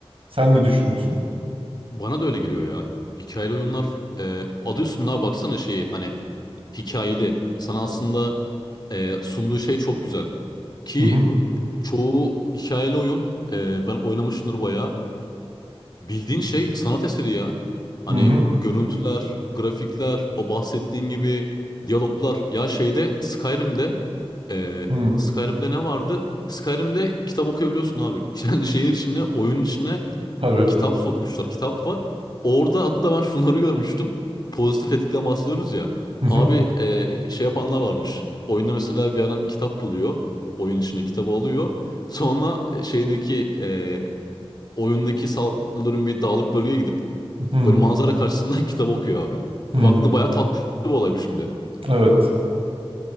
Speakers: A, on the right; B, on the left.
A: Sen ne düşünüyorsun?
B: Bana da öyle geliyor ya. Hikayeli oyunlar e, adı üstünde abi baksana şeyi hani hikayeli. Sana aslında e, sunduğu şey çok güzel. Ki
A: Hı hı
B: çoğu hikayeli oyun e, ben oynamışımdır bayağı. Bildiğin şey sanat eseri ya. Hani
A: hı hı
B: görüntüler, grafikler, o bahsettiğin gibi diyaloglar. Ya şeyde Skyrim'de e,
A: hı.
B: Skyrim'de ne vardı? Skyrim'de kitap okuyabiliyorsun abi. <laughs> Yani şeyin içine, oyunun içine
A: Tabii.
B: kitap sokmuşlar. Kitap var. Orada hatta ben şunları görmüştüm. Pozitif etkiden bahsediyoruz ya.
A: Hı
B: Abi
A: hı
B: e, şey yapanlar varmış. Oyunda mesela bir adam kitap buluyor. Oyun içine kitabı alıyor. Sonra e, şeydeki e, oyundaki saldırın bir dağlık bölgeye gidip
A: hı
B: böyle manzara karşısında <laughs> kitap okuyor abi.
A: hı.
B: E, baktığında bayağı tatlı bir olay bu şimdi.
A: Evet.